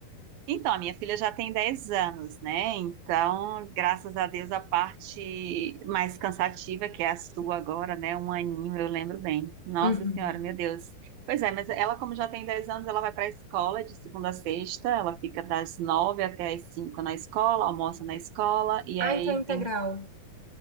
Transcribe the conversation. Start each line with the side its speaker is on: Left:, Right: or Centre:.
Right: Então, a minha filha já tem 10 anos, né? Então, graças a Deus, a parte mais cansativa, que é a sua agora, né? Um aninho, eu lembro bem. Nossa
Left: Uhum.
Right: Senhora, meu Deus. Pois é, mas ela, como já tem 10 anos, ela vai para a escola de segunda a sexta, ela fica das 9 até as 5 na escola, almoça na escola, e
Left: Ah,
Right: aí,
Left: então é integral.
Right: enfim.